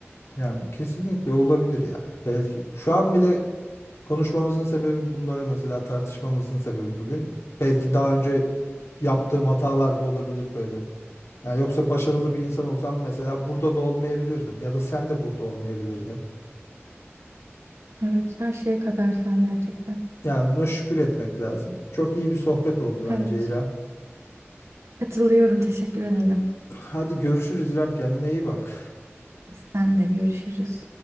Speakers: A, on the left (about 70°); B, on the right (about 80°).
A: Yani kesinlikle olabilir ya. Belki şu an bile Konuşmamızın sebebi bunları mesela tartışmamızın sebebi bugün. Belki daha önce yaptığım hatalar da olabilir böyle. Yani yoksa başarılı bir insan olsam mesela burada da olmayabilirdim ya da sen de burada olmayabilirdin.
B: Evet, her şeye kadersel gerçekten.
A: Yani buna şükür etmek lazım. Çok iyi bir sohbet oldu bence
B: Evet.
A: İrem.
B: Katılıyorum, teşekkür ederim.
A: Hadi görüşürüz İrem kendine iyi bak.
B: Sen de görüşürüz.